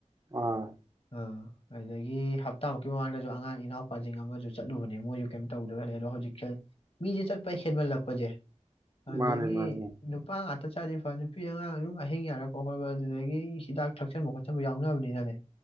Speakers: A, on the right (about 30°); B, on the left (about 50°).
A: ꯑꯥ꯫
B: ꯑꯥ ꯑꯗꯨꯗꯒꯤ ꯍꯞꯇꯥꯃꯨꯛꯀꯤ ꯃꯃꯥꯡꯗꯁꯨ ꯑꯉꯥꯡ ꯏꯅꯥꯎꯄꯥꯁꯤꯡ ꯑꯃꯁꯨ ꯆꯠꯂꯨꯕꯅꯦ ꯃꯣꯏꯁꯨ ꯀꯩꯝ ꯇꯧꯗꯣꯏ ꯈꯂꯦ ꯑꯗꯣ ꯍꯧꯖꯤꯛ ꯃꯤꯁꯦ ꯆꯠꯄ ꯍꯦꯟꯃꯜꯂꯛꯄꯁꯦ ꯑꯗꯨꯗꯒꯤ
A: ꯃꯥꯅꯦ ꯃꯥꯅꯦ
B: ꯅꯨꯄꯥ ꯉꯛ ꯇ ꯆꯥꯗꯤ ꯐ ꯅꯨꯄꯤ ꯑꯉꯥꯡ ꯑꯗꯨꯝ ꯑꯍꯤꯡ ꯌꯥꯔꯛꯄ ꯍꯣꯏ ꯍꯣꯏ ꯍ ꯑꯗꯨꯗꯒꯤ ꯍꯤꯗꯥꯛ ꯊꯛꯆꯟꯕ ꯈꯣꯠꯆꯟꯕ ꯌꯥꯎꯅꯕꯅꯤꯅꯅꯦ